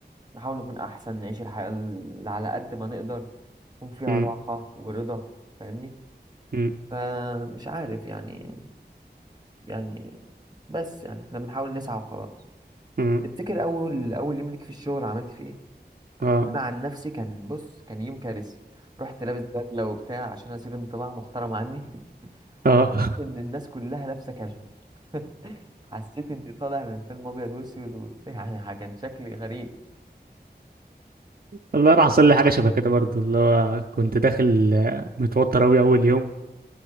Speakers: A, on the right (about 25°); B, on the right (about 60°).
A: نحاول نكون أحسن نعيش الحياة اللي على قد ما نقدر يكون فيها
B: مم.
A: راحة ورضا فاهمني
B: مم.
A: فمش عارف يعني يعني بس يعني احنا بنحاول نسعى وخلاص
B: مم.
A: تفتكر اول اول يوم ليك في الشغل عملت فيه ايه
B: اه
A: انا عن نفسي كان بص كان يوم كارثي رحت لابس بدله وبتاع عشان اسيب انطباع محترم عني <laughs>
B: اه
A: واكتشفت ان
B: <laughs>
A: الناس كلها لابسه كاجوال <laughs> حسيت اني طالع من فيلم ابيض واسود و... يعني كان شكلي غريب
B: والله راح حصل لي حاجه شبه كده برضو اللي هو كنت داخل آه، متوتر اوي اول يوم